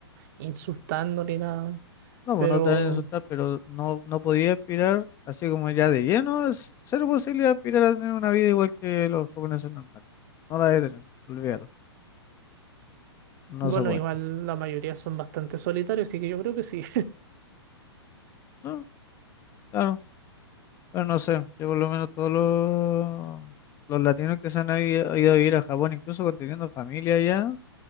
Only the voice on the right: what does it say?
insultando ni nada.
Pero
bueno,
igual la mayoría son bastante solitarios, así que yo creo que sí.